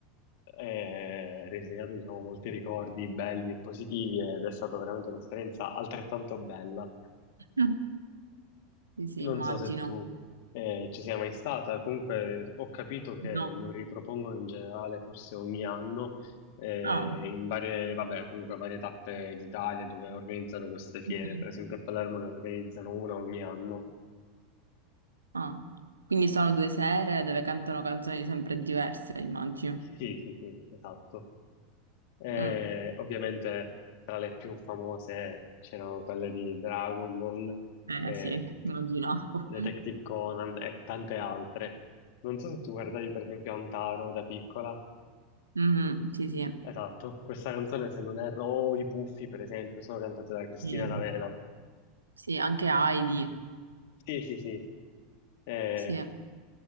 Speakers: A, on the left; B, on the right.
A: eh, risegnato, diciamo, molti ricordi belli e positivi ed è stata veramente un'esperienza altrettanto bella.
B: Mm. <laughs> Sì, sì,
A: Non
B: immagino.
A: so se tu eh, ci sia mai stata, comunque ho capito che
B: No.
A: lo ripropongono in generale forse ogni anno eh,
B: Ah.
A: in varie, vabbè, comunque varie tappe d'Italia dove organizzano queste fiere,
B: Mhm.
A: per esempio a Palermo ne organizzano una ogni anno.
B: Ah. Quindi sono due sere dove cantano canzoni sempre diverse, immagino.
A: Sì, sì, sì, esatto. Eh,
B: Mm.
A: ovviamente tra le più famose c'erano quelle di Dragon Ball,
B: Eh
A: eh,
B: sì, immaginavo.
A: Detective Conan e tante altre. Non so se tu guardavi per esempio Antaro da piccola.
B: Mhm, sì, sì,
A: Esatto, questa canzone se non erro, o i Puffi per esempio, sono cantate da Cristina
B: sì,
A: D'Avena.
B: Sì, anche Heidi,
A: Sì, sì, sì, è
B: sì.